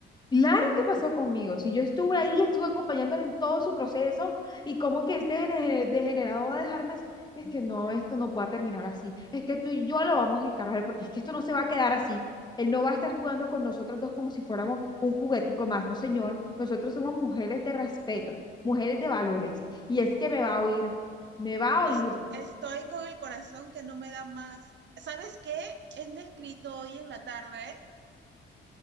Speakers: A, on the left; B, on the right.
A: Claro que pasó conmigo. Si yo estuve ahí, estuve acompañándole en todo su proceso y como que este gene- degenerado va a dejarme, as- es que no, esto no va a terminar así. Es que tú y yo lo vamos a encarar porque es que esto no se va a quedar así. Él no va a estar jugando con nosotras dos como si fuéramos un juguetico más, no señor. Nosotros somos mujeres de respeto, mujeres de valores. Y es que me
B: Amiga,
A: va a oír, me va a oír.
B: Es- estoy con el corazón que no me da más. ¿Sabes qué? Él me ha escrito hoy en la tarde